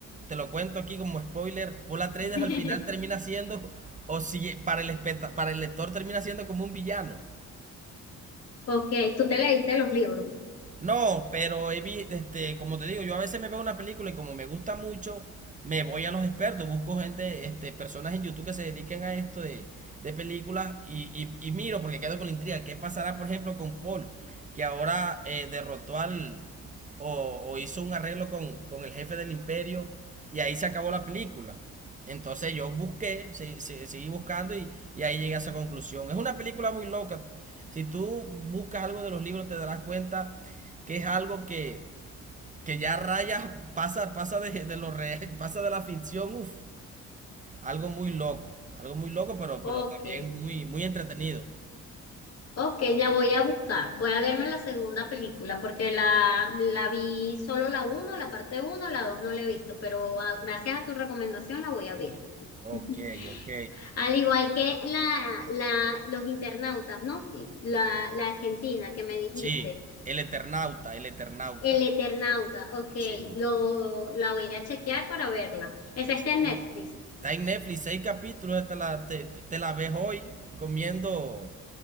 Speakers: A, on the right; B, on the left.
A: te lo cuento aquí como spoiler, Paul Atreides
B: <laughs>
A: al final termina siendo, o si para el, especta- para el lector termina siendo como un villano.
B: Ok, tú te leíste los libros.
A: No, pero he vi- este, como te digo, yo a veces me veo una película y como me gusta mucho, me voy a los expertos, busco gente, este, personas en YouTube que se dediquen a esto de, de películas y, y- y miro porque quedo con la intriga. ¿Qué pasará, por ejemplo, con Paul, que ahora eh, derrotó al o, o hizo un arreglo con, con el jefe del imperio y ahí se acabó la película? Entonces yo busqué, se- se- seguí buscando y, y ahí llegué a esa conclusión. Es una película muy loca. Si tú buscas algo de los libros te darás cuenta que es algo que, que ya raya, pasa, pasa de, de lo re <laughs> pasa de la ficción, uf algo muy loco, algo muy loco, pero, pero
B: Ok,
A: también muy, muy entretenido.
B: ok, la voy a buscar. Voy a verme la segunda película porque la, la vi solo la uno, la parte uno, la dos no la he visto, pero ah, gracias a tu recomendación la voy a ver. <laughs>
A: Ok, ok.
B: Al igual que la, la, los internautas, ¿no? Y La, la Argentina que me dijiste.
A: Sí, El Eternauta, El Eternauta.
B: El Eternauta, ok,
A: Sí.
B: lo, la voy a chequear para verla. Esa
A: sí.
B: está en Netflix,
A: Está en Netflix, seis capítulos, te la, te, te- te la ves hoy comiendo